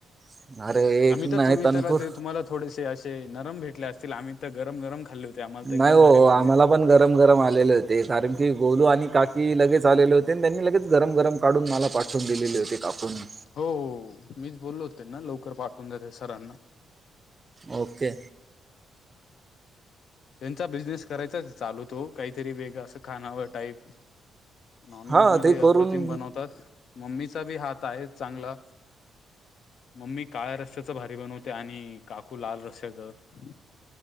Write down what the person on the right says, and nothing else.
अरे एक
नाही
तनपूर
नाही हो
आम्हाला पण गरम गरम आलेले होते कारण की गोलू आणि काकी लगेच आलेले होते त्यांनी लगेच गरम गरम काढून मला पाठवून दिलेले होते काकूंनी
ओके
हां
ते करून